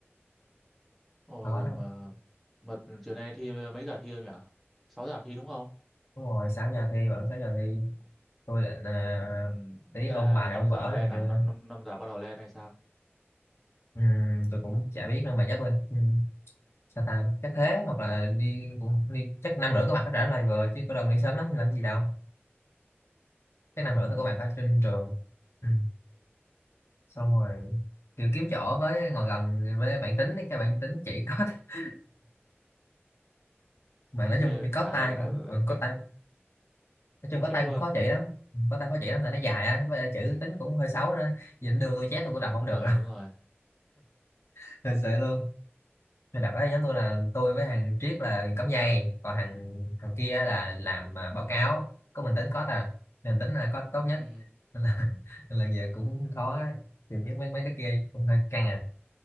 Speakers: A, in the centre; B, on the left.
A: ôi
B: khó lắm.
A: mà mà chiều nay thi mấy giờ thi không nhỉ sáu giờ thi đúng không
B: đúng rồi 6 giờ thi vẫn 6 giờ thi tôi định ờ,
A: ừ
B: tí
A: tức
B: ôn
A: là
B: bài
A: 5
B: ôn
A: giờ
B: vở
A: lên
B: này kia
A: à 5, năm năm năm giờ bắt đầu lên hay sao
B: Ừm, tôi cũng chả biết nữa mà chắc mình sao ta chắc thế hoặc là đi, đi chắc năm rưỡi có mặt hết rảnh lại vừa chứ có lần đi sớm lắm làm gì đâu chắc
A: ồ
B: năm rưỡi tôi có mặt ở trên trường ừ. xong rồi kiểu kiếm chỗ với ngồi gần với bạn tính ấy, cái bạn tính chỉ có <laughs> mà nói
A: ghê
B: chung
A: vậy
B: cái có
A: trái
B: tay
A: đã-
B: cũng ừ,
A: đã
B: có
A: tính
B: tay nói chung
A: tính
B: có
A: trước
B: tay
A: luôn
B: cũng khó chỉ lắm có tay khó chỉ lắm tại nó dài á với lại chữ tính cũng hơi xấu nữa nhìn đưa tôi chép tôi cũng đọc không được
A: ờ
B: đâu
A: đúng rồi
B: <laughs> thật sự luôn Nên đợt đó nhóm tôi là tôi với thằng Triết là cắm dây còn thằng thằng kia là làm à, báo cáo có mình tính có à nên tính là có tốt nhất
A: ừ
B: nên là, <laughs> nên là giờ cũng khó thì chứ mấy mấy đứa kia cũng hơi căng à